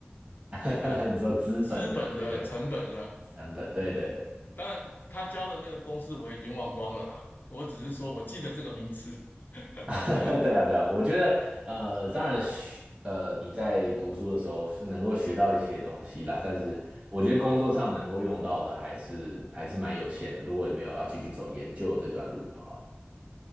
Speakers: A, on the right; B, on the left.
A: 嗯
B: 这个
A: <laughs> 你说资本的这个
B: 资本的成本是吧？
A: 成本，对对对。
B: 当然，他教的那个公式我已经忘光了啦，我只是说我记得这个名词。<laughs>
A: <laughs> 对啊，对啊，我觉得呃，当然学呃，你在读书的时候是能够学到一些东西啦，但是我觉得工作上能够用到的还是还是蛮有限的。如果你没有要继续走研究这段路的话，